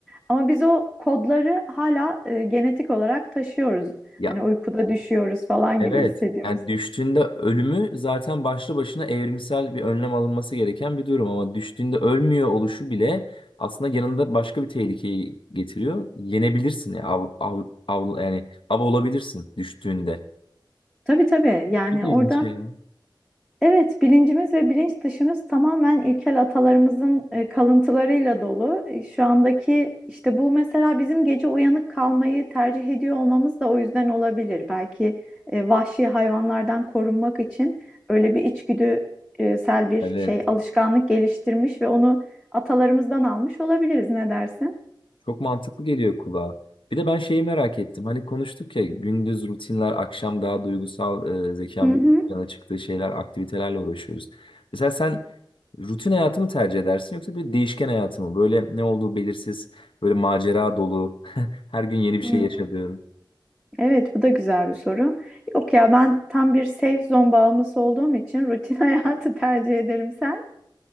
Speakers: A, in the centre; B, on the left (about 85°).
A: Ama biz o kodları hala e, genetik olarak taşıyoruz.
B: Ya
A: Hani uykuda düşüyoruz falan
B: evet.
A: gibi hissediyoruz.
B: Yani düştüğünde ölümü zaten başlı başına evrimsel bir önlem alınması gereken bir durum ama düştüğünde ölmüyor oluşu bile aslında yanında başka bir tehlikeyi getiriyor. Yenebilirsin ya av, av, av- yani av olabilirsin düştüğünde.
A: Tabii tabii yani
B: Çok
A: orada
B: ilginç ya.
A: Evet, bilincimiz ve bilinç dışımız tamamen ilkel atalarımızın e, kalıntılarıyla dolu. E, Şu andaki işte bu mesela bizim gece uyanık kalmayı tercih ediyor olmamız da o yüzden olabilir. Belki e, vahşi hayvanlardan korunmak için öyle bir içgüdüsel bir
B: Evet.
A: şey alışkanlık geliştirmiş ve onu atalarımızdan almış olabiliriz. Ne dersin?
B: Çok mantıklı geliyor kulağa. Bir de ben şeyi merak ettim. Hani konuştuk ya gündüz rutinler, akşam daha duygusal e, zekamızın
A: Hı hı.
B: yana çıktığı şeyler, aktivitelerle uğraşıyoruz. Mesela sen rutin hayatı mı tercih edersin yoksa bir değişken hayatı mı? Böyle ne olduğu belirsiz, böyle macera dolu, <laughs> her gün yeni bir
A: Hmm.
B: şey yaşadığın.
A: Evet, bu da güzel bir soru. Yok ya ben tam bir safe zone bağımlısı olduğum için rutin <laughs> hayatı tercih ederim sen.